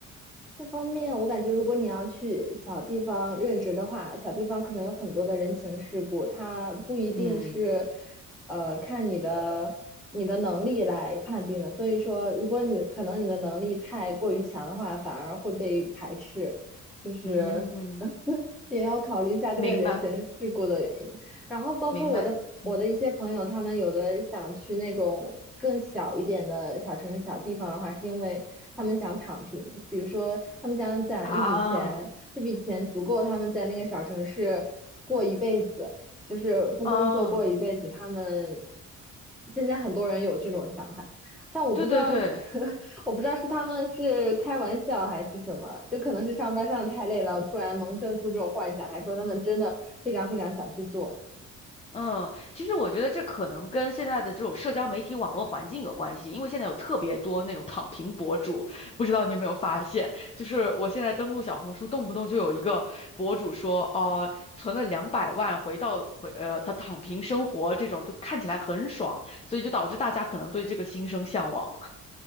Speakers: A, in the centre; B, on the left (about 20°).
A: 这方面，我感觉如果你要去小地方任职的话，小地方可能有很多的人情世故，它不一定是，
B: 嗯
A: 呃，看你的你的能力来判定的。所以说，如果你可能你的能力太过于强的话，反而会被排斥，就是
B: 嗯嗯，
A: <laughs> 也要考虑一下这个人情世故的原因。
B: 明白
A: 然后包括我的我的一些朋友，
B: 明白，嗯
A: 他们有的想去那种更小一点的小城市、小地方的话，是因为他们想躺平，比如说他们想攒一笔钱，
B: 啊
A: 这笔钱足够他们在那个小城市过一辈子，就是不工作过一辈子。
B: 啊，
A: 他们现在很多人有这种想法，但我不知道，
B: 对对对。
A: <laughs> 我不知道是他们是开玩笑还是什么，就可能是上班上的太累了，突然萌生出这种幻想，还说他们真的非常非常想去做。
B: 嗯，其实我觉得这可能跟现在的这种社交媒体网络环境有关系，因为现在有特别多那种躺平博主，不知道你有没有发现？就是我现在登录小红书，动不动就有一个博主说，哦、存了两百万，回到回呃，他躺平生活这种，就看起来很爽，所以就导致大家可能对这个心生向往。